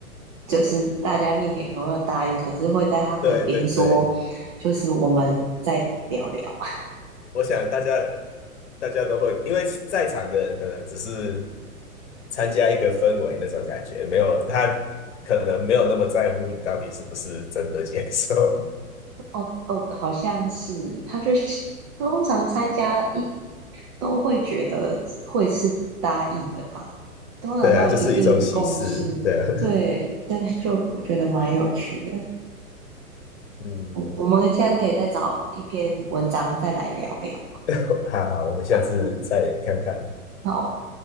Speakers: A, on the right; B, on the left.
A: 就是大家面前可能会答应，可是会在他耳边说，
B: <laughs> 对对对，
A: 就是我们再聊聊。<laughs>
B: 我想大家大家都会，因为在场的人可能只是参加一个氛围那种感觉，没有他可能没有那么在乎你到底是不是真的接受。
A: 哦哦，好像是，他就通常参加一都会觉得会是答应的吧，
B: <laughs>
A: 通常都有一定共识。
B: 对啊，就是一种喜事。对啊，
A: 对，但是就我觉得蛮有趣的。
B: <laughs> 嗯，
A: 我我们下次可以再找一篇文章再来聊聊。
B: <laughs> 好好，我们下次再看看。
A: 好，好